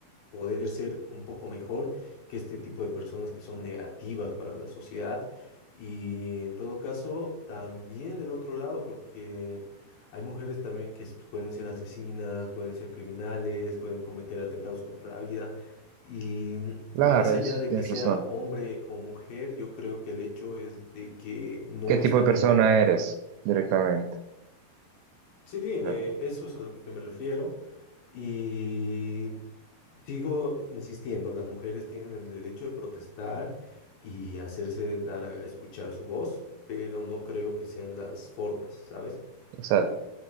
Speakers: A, on the left; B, on the right.
A: poder ser un poco mejor que este tipo de personas que son negativas para la sociedad. Y en todo caso, también del otro lado, porque hay mujeres también que s- pueden ser asesinas, pueden ser criminales, pueden cometer atentados contra la vida. Y
B: claro,
A: más allá
B: eso
A: de
B: tienes
A: que sea
B: razón.
A: hombre o mujer, yo creo que el hecho es de que no
B: ¿Qué tipo
A: está
B: de persona
A: bien.
B: eres directamente?
A: Sí, eh,
B: Claro,
A: eso es a lo que me refiero. Y sigo insistiendo, las mujeres tienen el derecho de protestar y hacerse dar a escuchar su voz, pero no creo que sean las formas, ¿sabes?
B: exacto.